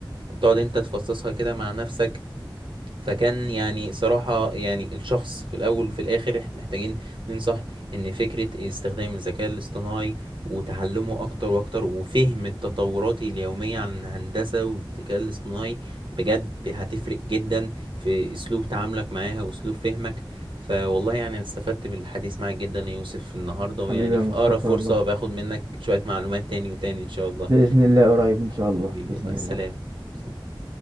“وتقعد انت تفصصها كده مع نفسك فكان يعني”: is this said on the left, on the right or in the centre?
Right